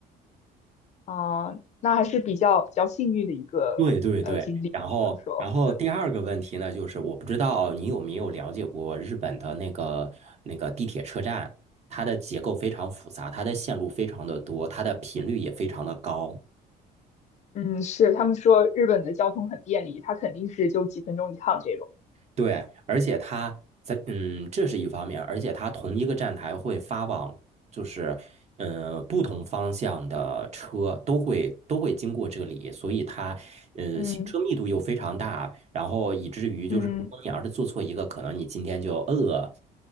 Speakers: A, on the left; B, on the right.
A: 啊，那还是比较比较幸运的一个呃经历，
B: 对对对，然后然后第二个问题呢，
A: 只能说对，
B: 就是我不知道你有没有了解过日本的那个那个地铁车站，它的结构非常复杂，它的线路非常的多，它的频率也非常的高。
A: 嗯，是他们说日本的交通很便利，它肯定是就几分钟一趟这种，
B: 对，而且它在嗯，这是一方面，而且它同一个站台会发往，就是嗯、呃不同方向的车都会都会经过这里，所以它呃行车密度又非常大，
A: 嗯
B: 然后以至于就是如果你要是做错一个，
A: 嗯，
B: 可能你今天就呃